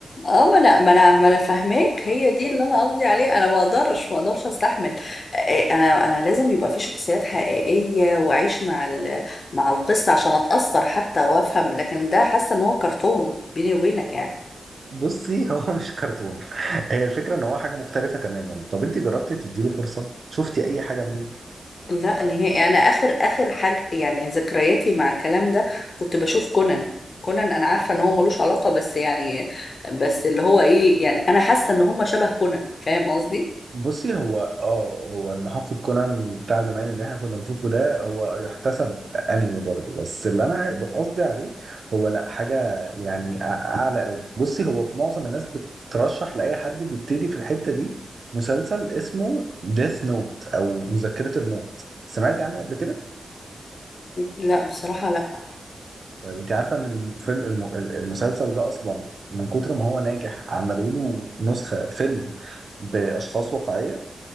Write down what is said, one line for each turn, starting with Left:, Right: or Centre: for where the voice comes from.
Left: اه ما انا ما انا ما انا فاهماك هي دي اللي انا قصدي عليه انا ما اقدرش ما اقدرش استحمل آه، آه، انا انا لازم يبقى في شخصيات حقيقيه واعيش مع ال- مع القصه عشان اتاثر حتى وافهم لكن ده حاسه ان هو كرتون بيني وبينك يعني
Right: بصي هو <laughs> مش كرتون هي الفكرة ان هو حاجة مختلفة تماما طب انت جربتي تديله فرصة شفتي اي حاجة منه
Left: لا نهائي انا اخر اخر حاجه يعني ذكرياتي مع الكلام ده كنت بشوف كونان كونان انا عارفه ان هو ملوش علاقه بس يعني بس اللي هو ايه يعني انا حاسه ان هم شبه كونان فاهم قصدي
Right: بصي هو اه هو ان حقبة كونان بتاع زمان اللي احنا كنا بنشوفه ده هو يحتسب انمي برضه بس اللي انا عاي- قصدي عليه هو لا حاجة يعني أع- اعلى قوي بصي هو معظم الناس بترشح لاي حد بيبتدي في الحتة دي مسلسل اسمه ديث نوت او مذكرة الموت سمعتي عنه قبل كده؟
Left: لا بصراحه لا
Right: طيب انت عارفة ان الفيلم الم- المسلسل ده اصلا من كتر ما هو ناجح عملوا له نسخة فيلم باشخاص واقعية